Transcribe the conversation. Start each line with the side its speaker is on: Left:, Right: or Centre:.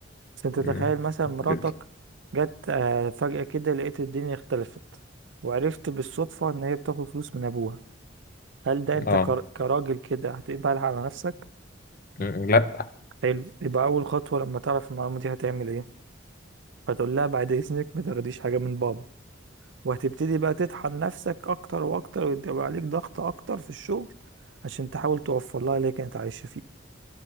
Right: بس انت
Left: مم.
Right: تخيل مثلا مراتك
Left: جدا
Right: جت آه، فجأة كده لقيت الدنيا اختلفت وعرفت بالصدفة ان هي بتاخد فلوس من ابوها هل ده انت
Left: اه
Right: كر- كراجل كده هتقبلها على نفسك
Left: مم. لا
Right: حلو يبقى اول خطوة لما تعرف المعلومة دي هتعمل ايه هتقول لها بعد اذنك ما تاخديش حاجة من بابا وهتبتدي بقى تطحن نفسك اكتر واكتر ويبقى عليك ضغط اكتر في الشغل عشان تحاول توفر لها اللي هي كانت عايشة فيه